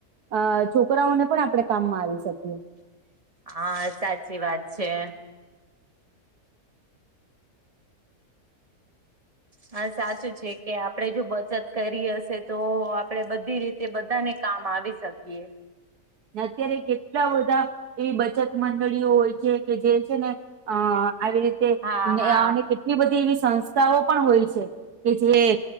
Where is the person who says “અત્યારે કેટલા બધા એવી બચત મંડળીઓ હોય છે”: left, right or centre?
Right